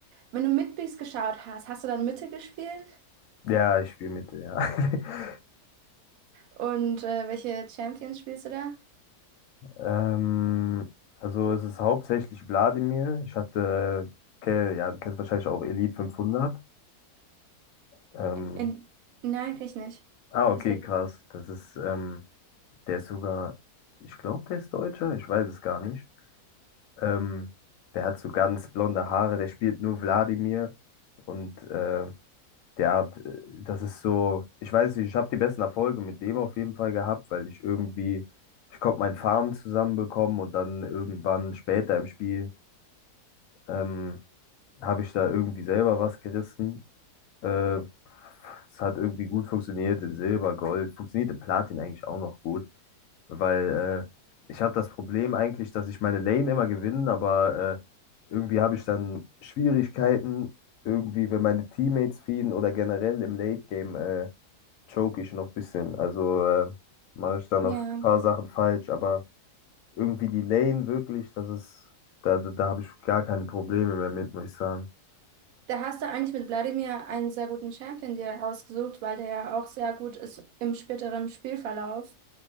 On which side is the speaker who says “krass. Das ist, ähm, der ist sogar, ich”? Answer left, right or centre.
Left